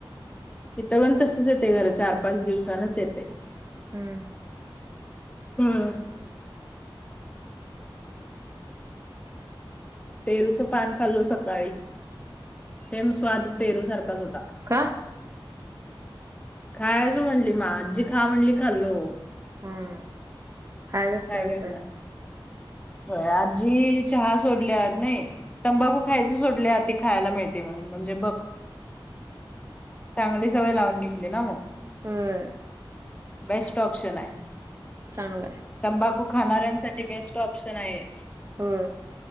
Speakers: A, on the left; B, on the right.
A: इथं पण तसच येतय खरं चार-पाच दिवसानच येतय
B: हम्म
A: हम्म पेरूचं पान खाल्लो सकाळी सेम स्वाद पेरू सारखाच होता
B: का?
A: खायच म्हणली मा आज्जी खा म्हणली खाल्लो
B: हम्म खायच असते
A: काय
B: वाटत
A: करणार? होय आज्जी चहा सोडल्यात नाही तंबाखू खायचं सोडल्या ते खायाला मिळते म्हणून म्हणजे बघ चांगली सवय लावून घेतली ना मग
B: होय
A: बेस्ट ऑप्शन आहे
B: चांगलंय
A: तंबाखू खाणाऱ्यांसाठी बेस्ट ऑप्शन आहे
B: होय